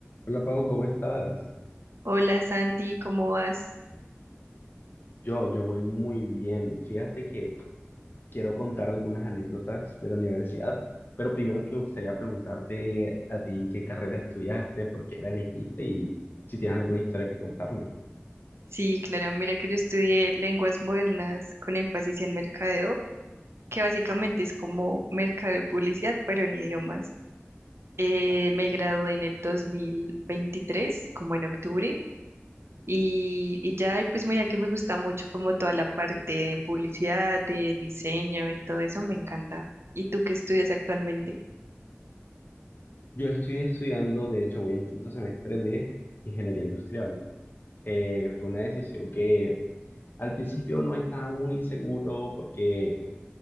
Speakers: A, on the left; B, on the right.
A: Hola Pau, ¿cómo estás?
B: Hola Santi, ¿cómo vas?
A: Yo, yo voy muy bien. Fíjate que quiero contar algunas anécdotas de la universidad, pero primero que me gustaría preguntarte a ti qué carrera estudiaste, por qué la elegiste y si tienes alguna historia que contarme.
B: Sí, claro, mira que yo estudié lenguas modernas con énfasis en mercadeo, que básicamente es como mercado y publicidad, pero en idiomas. Eh, me gradué en el 2023, como en octubre, y, y ya, y pues mira que me gusta mucho como toda la parte de publicidad, de diseño y todo eso, me encanta. ¿Y tú qué estudias actualmente?
A: Yo estoy estudiando, de hecho voy en quinto semestre de ingeniería industrial. Eh, fue una decisión que al principio no estaba muy seguro porque